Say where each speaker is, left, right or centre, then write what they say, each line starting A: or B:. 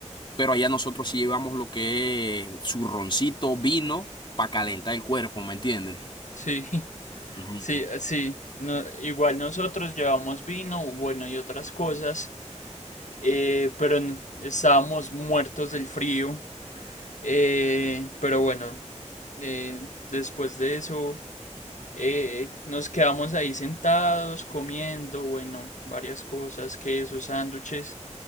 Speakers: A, on the left; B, on the left.
A: Pero allá nosotros sí llevamos lo que es zurroncito, vino, para calentar el cuerpo, ¿me entiendes?
B: sí, <laughs>
A: Ujú.
B: sí, sí. no- igual nosotros llevamos vino, bueno, y otras cosas. eh, pero n- estábamos muertos del frío. eh, pero bueno, eh, después de eso eh, nos quedamos ahí sentados comiendo, bueno, varias cosas, quesos, sándwiches,